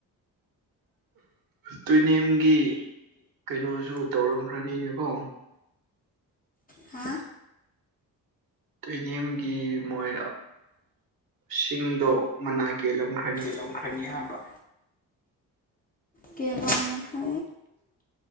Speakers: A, on the right; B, on the left.
A: ꯇꯨꯅꯦꯝꯒꯤ ꯀꯩꯅꯣꯁꯨ ꯇꯧꯔꯝꯈ꯭ꯔꯅꯤꯅꯦꯀꯣ
B: ꯍꯥ
A: ꯇꯣꯏꯅꯦꯝꯒꯤ ꯃꯣꯏ ꯁꯤꯡꯗꯣ ꯃꯅꯥ ꯀꯦꯜꯂꯝꯈ꯭ꯔꯦ
B: ꯂꯧꯈ꯭ꯔꯅꯤ ꯍꯥꯏꯥꯟꯕ ꯀꯦ ꯂꯝꯪ ꯐ